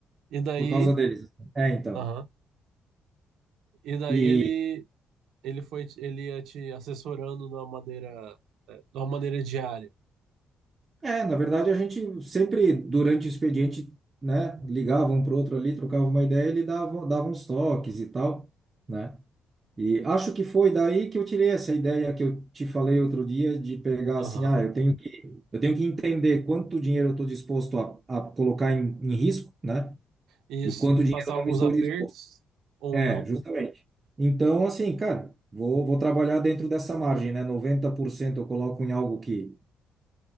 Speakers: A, on the right; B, on the right.
A: E daí,
B: por causa deles. assim. É, então.
A: Aham. E daí
B: E,
A: ele ele foi ele ia te assessorando de uma maneira é, de uma maneira diária.
B: é, na verdade, a gente sempre, durante o expediente, né, ligava um pro outro ali, trocava uma ideia, ele dava, dava uns toques e tal, né? E acho que foi daí que eu tirei essa ideia que eu te falei outro dia de pegar
A: Aham.
B: assim, ah, eu tenho que, eu tenho que entender quanto dinheiro eu estou disposto a, a colocar em, em risco, né?
A: Isso,
B: E quanto dinheiro
A: passar
B: eu
A: alguns
B: não estou
A: apertos
B: disposto?
A: ou
B: É,
A: não.
B: justamente. Então, assim, cara, vou, vou trabalhar dentro dessa margem, né? 90% eu coloco em algo que